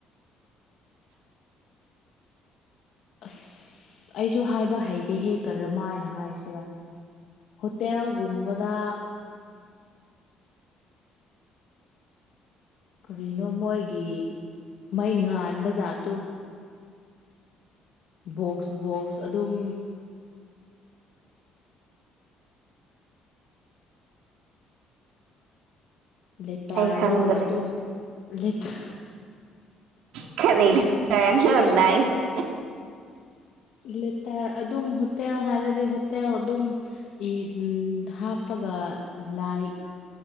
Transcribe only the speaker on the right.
<inaudible>
<inaudible>
<inaudible>
ꯑꯩ ꯈꯪꯗ꯭ꯔꯦ
<unintelligible>